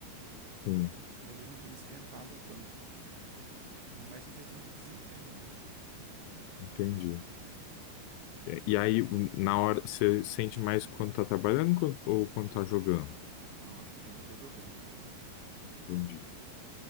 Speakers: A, on the left; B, on the right.
A: sim,
B: Ele não tem esquentado tanto. É mais em questão de desempenho mesmo.
A: entendi. E e aí, hum, na hora, você sente mais quando tá trabalhando quan- ou quando tá jogando?
B: Ah, eu acho que é quando eu tô jogando, cara.
A: Entendi.